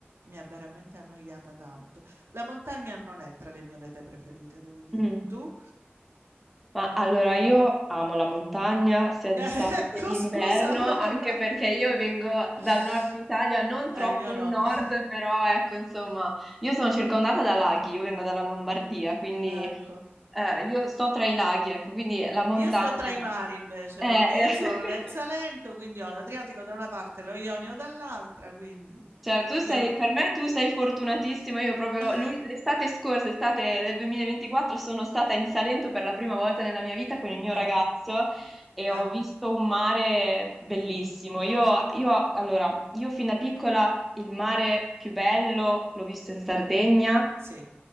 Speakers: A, on the right; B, in the centre.
A: mi ha veramente annoiata tanto. La montagna non è tra le mie mete preferite, devo dire.
B: Mm.
A: Tu?
B: Ma allora io amo la montagna sia
A: <laughs> ecco,
B: d'estate che d'inverno,
A: scusa allora.
B: anche perché io vengo dal
A: <laughs>
B: nord Italia, non
A: eh,
B: troppo
A: io
B: il
A: no.
B: nord,
A: <laughs>
B: però ecco, insomma, io sono circondata da laghi, io vengo dalla Lombardia, quindi
A: ecco.
B: eh, io sto tra i laghi, ecco, quindi la montagna
A: Io sto tra i mari invece,
B: eh,
A: perché
B: eh,
A: io
B: <laughs>
A: sono nel Salento, quindi ho l'Adriatico da una parte e lo Ionio dall'altra, quindi
B: Cioè, tu sei,
A: io...
B: per me tu sei fortunatissima, io proprio
A: <laughs>
B: l'ul- l'estate scorsa, estate del 2024, sono stata in Salento per la prima volta nella mia vita con il mio
A: Eh,
B: ragazzo e
A: eh,
B: ho visto un mare bellissimo.
A: mm,
B: Io, io- allora, io fin da piccola il mare più bello l'ho visto in Sardegna
A: sì,